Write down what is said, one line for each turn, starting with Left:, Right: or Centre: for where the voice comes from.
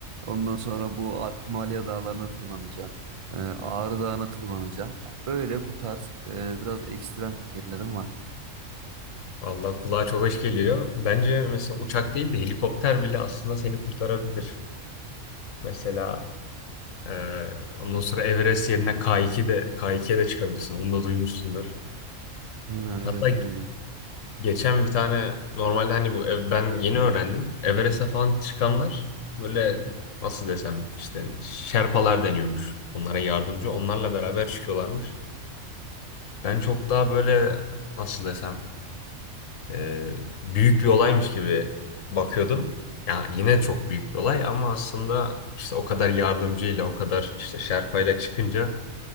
Right: Ondan sonra bu Alp Himalaya dağlarına tırmanacaksın. Ee, Ağrı Dağı'na tırmanacaksın. Ya böyle bu tarz e, biraz ekstrem fikirlerim var.
Left: Vallahi kulağa çok hoş geliyor. Bence mesela uçak değil de helikopter bile aslında seni kurtarabilir. Mesela Ee, ondan sonra Everest yerine K2 de K2'ye de çıkabilirsin. Onu da duymuşsundur.
Right: Ha,
Left: Hatta
Right: evet duydum.
Left: geçen bir tane normalde hani bu ev- ben yeni öğrendim. Everest'e falan çıkanlar böyle nasıl desem işte Şerpalar deniyormuş. Onlara yardımcı. Onlarla beraber çıkıyorlarmış. Ben çok daha böyle nasıl desem e, büyük bir olaymış gibi bakıyordum. Ya yine çok büyük bir olay ama aslında işte o kadar yardımcıyla o kadar işte Şerpayla çıkınca